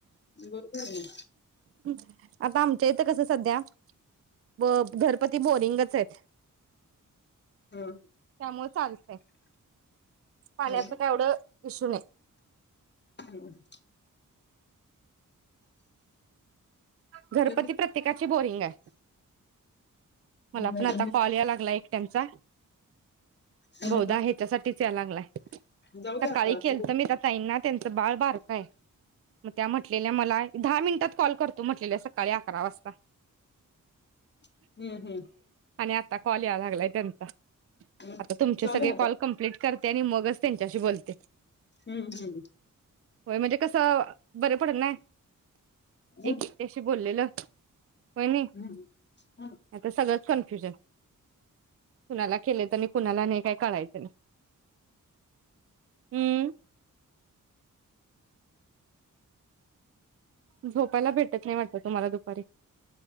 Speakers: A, on the left; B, on the right.
A: बरोबर आहे.
B: <inaudible> आता आमच्या इथं कसं सध्या- ब घरपती बोरिंगच आहेत.
A: हम्.
B: म चालतं. पाण्याचं
A: हा
B: काय एवढं इशू नाही.
A: हो ना
B: घरपती
A: आमच्याकडे सगळं
B: प्रत्येकाची बोरिंग आहे मला
A: नाही
B: पण आता
A: आमच्याकडे
B: कॉल या लागला एकट्यांचा
A: कोणाचा
B: बहुधा हितासाठी या लागला ये.
A: जाऊ द्या
B: सकाळी
A: आता
B: केलत
A: तो
B: मी त्या ताईंना त्यांच बाळ बारकं ये. म त्या म्हटलेल्या मला दहा मिनटात करतो म्हटलेल्या सक -काळी अकरा वाजता
A: हम्म हम्म
B: आणि आता कॉल यायाला लागलाय त्यांचा
A: मग
B: आता तुमचे
A: जाऊ
B: सगळे
A: द्या आता
B: कॉल कंप्लीट कर त्यानी आणि मगच त्यांच्याशी बोलते.
A: हम्म हम्म
B: होय म्हणजे कसं बर पडलं नाय.
A: हो
B: एकट्याशी
A: ना
B: बोललेलं पण नाही
A: हम्म हो ना
B: आता सगळंच कन्फ्युजन कुणाला केलेत आणि कुणाला नाही काय कळायचं नाही हम्म. झोपायला भेटत नाही वाटत तुम्हाला दुपारी.